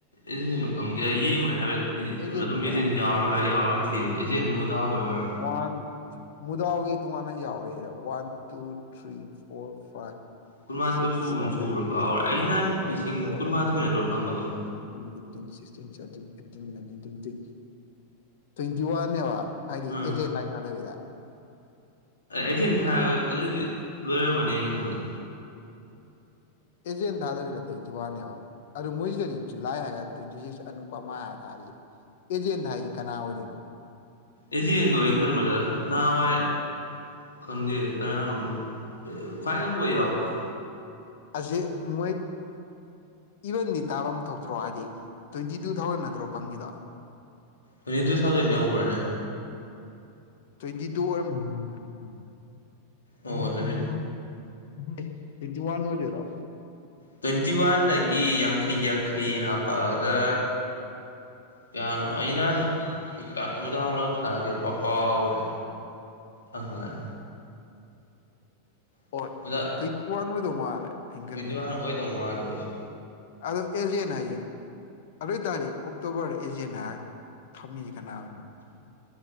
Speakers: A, on the left; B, on the left.
A: ꯑꯦꯖꯦꯟꯗꯣ ꯈꯪꯗꯦ ꯑꯩ ꯌꯦꯡꯉꯨꯅꯦ ꯍꯥꯏꯕꯦꯠ
B: ꯑꯦꯖꯦꯟꯁꯤ
A: ꯑꯗꯨꯝ
B: ꯀꯅꯥꯅꯣ
A: ꯑꯦꯖꯦꯟ ꯌꯥꯎꯔꯒ ꯌꯥꯎꯔꯒ ꯊꯤꯕꯅꯦ ꯑꯦꯖꯦꯟꯗꯨꯃ ꯇꯥꯍꯧꯕꯩ ꯑꯣꯏꯔꯝꯅꯤ
B: ꯋꯥꯟ ꯃꯨꯗꯥꯎꯒꯤ ꯇꯣꯉꯥꯟꯅ ꯌꯥꯎꯔꯦꯁꯤꯗ one two three four five
A: ꯀꯨꯟꯃꯥꯊꯣꯏ
B: ꯁꯤꯛꯁ
A: ꯁꯨꯕ꯭ꯔ
B: ꯁꯚꯦꯟ
A: ꯁꯨꯕ꯭ꯔꯥ ꯀꯥꯎꯔꯦ
B: ꯑꯦꯠ
A: ꯑꯩ
B: ꯅꯥꯢꯟ
A: ꯅꯍꯥꯟ
B: ꯇꯦꯟ
A: ꯂꯤꯁꯤꯡ
B: ꯑꯦꯂꯚꯦꯟ
A: ꯀꯨꯟꯃꯥꯊꯣꯏ
B: ꯇꯨꯋꯦꯞ
A: ꯅꯠꯇ꯭ꯔꯣ ꯐꯪꯕꯗꯣ
B: ꯊꯔꯇꯤꯟ ꯐꯣꯔꯇꯤꯟ ꯐꯤꯞ ꯇꯦꯟꯇꯤꯁꯤꯁ ꯇꯤꯟꯁꯕꯇꯤꯟ ꯑꯦꯇꯤꯟ ꯅꯥꯏꯟꯇꯤꯟ ꯇꯣꯢꯟꯇꯤ ꯇꯣꯢꯟꯇꯤ ꯋꯥꯟꯅꯦꯕ ꯍꯥꯏꯗꯤ
A: ꯑꯥ
B: ꯑꯦꯖꯦꯟ ꯂꯥꯏ ꯊꯥꯗꯕꯤꯗ
A: ꯑꯦꯖꯦꯟ ꯊꯥꯔ ꯑꯗꯨꯏꯗꯤ ꯂꯣꯏꯔ ꯃꯅꯤ ꯑꯩꯈꯟꯕꯗ
B: ꯑꯦꯖꯦꯟ ꯊꯥꯗꯥꯥꯕꯤꯗ ꯇꯣꯢꯟꯇꯤ ꯋꯥꯟꯅꯦꯕ ꯑꯗꯣ ꯃꯣꯏꯁꯤꯗꯗꯤ ꯖꯨꯂꯥꯏ ꯍꯥꯏꯒ ꯇ꯭ꯋꯦꯟꯇꯤ ꯁꯤꯛꯁ ꯑꯅꯨꯄꯃꯥ ꯍꯥꯏ ꯊꯥꯔꯤ ꯑꯦꯖꯦꯟ ꯊꯥꯏꯖꯤ ꯀꯅꯥ ꯑꯣꯏꯔꯤꯅꯣ
A: ꯑꯦꯖꯦꯟꯗꯣ ꯑꯩꯈꯟꯕꯗ ꯅꯍꯥꯋꯥꯏ ꯈꯪꯗꯦ ꯀꯅꯥꯅꯣꯝ ꯈ꯭ꯋꯥꯢꯌꯝꯕ ꯍꯣꯏ ꯌꯥꯎꯕ꯭ꯔꯣ
B: ꯑꯥꯖꯦ ꯃꯣꯏ ꯏꯚꯟꯗꯤ ꯇꯥꯕꯝ ꯊꯣꯛꯇ꯭ꯔꯣ ꯍꯥꯏꯗꯤ ꯇ꯭ꯋꯦꯟꯇꯤ ꯇꯨ ꯊꯥꯎꯖꯟ ꯅꯠꯇ꯭ꯔꯣ ꯐꯪꯉꯤꯗꯣ
A: ꯇ꯭ꯋꯦꯟꯇꯤꯇꯨ ꯊꯥꯎꯖꯟ ꯌꯧꯕ꯭ꯔꯅꯦ
B: ꯇ꯭ꯋꯦꯟꯇꯤ ꯇꯨ ꯑꯣꯏꯔꯝꯗꯧ ꯃꯥꯜꯂꯦ
A: ꯑꯣ
B: ꯑꯩꯗꯤ
A: ꯇ꯭ꯋꯦꯟꯇꯤ
B: ꯇꯣꯢꯟꯇꯤꯋꯥꯟ ꯑꯩ ꯇ꯭ꯋꯦꯟꯇꯤ ꯋꯥꯟ ꯑꯣꯏꯗꯣꯢꯔꯣ
A: ꯇ꯭ꯋꯦꯟꯇꯤ ꯋꯥꯟꯗꯒꯤ ꯌꯥꯡꯈꯩ ꯌꯥꯡꯈꯩ ꯍꯥꯞꯄꯛꯑꯒ ꯀꯌꯥꯅꯣ ꯑꯩ ꯅꯍꯥꯟ ꯑꯥ ꯃꯨꯗꯥꯥꯎꯟꯗ ꯊꯥꯔꯛꯈꯤꯕ ꯄ ꯀꯥꯎꯒ꯭ꯔꯦ ꯑꯉꯥꯟ <unintelligible>
B: ꯍꯣꯏ ꯇ꯭ꯋꯦꯟꯇꯤ ꯋꯥꯟ ꯑꯣꯏꯗꯧ ꯃꯥꯜꯂꯦ ꯑꯩꯅ
A: ꯇ꯭ꯋꯦꯟꯇꯤ
B: ꯈꯟꯕꯗ
A: ꯋꯥꯟ ꯑꯣꯏꯗꯧ ꯃꯥꯜꯂꯦ ꯑꯩꯁꯨ
B: ꯑꯗꯣ ꯑꯦꯖꯦꯟ ꯅꯥꯏꯔꯤ ꯑꯗꯨ ꯑꯣꯏꯇꯥꯗꯤ ꯑꯣꯛꯇꯣꯕ꯭ꯔꯗ ꯑꯦꯖꯦꯟꯅꯦ ꯍꯥꯏꯔ ꯊꯝꯃꯤꯖꯤ ꯀꯅꯥ ꯑꯣꯢꯅꯣ